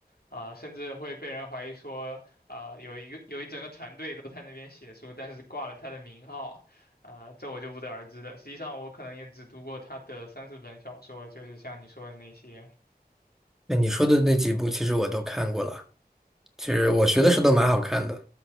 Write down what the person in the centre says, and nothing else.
那你说的那几部其实我都看过了，其实我学的时候都蛮好看的。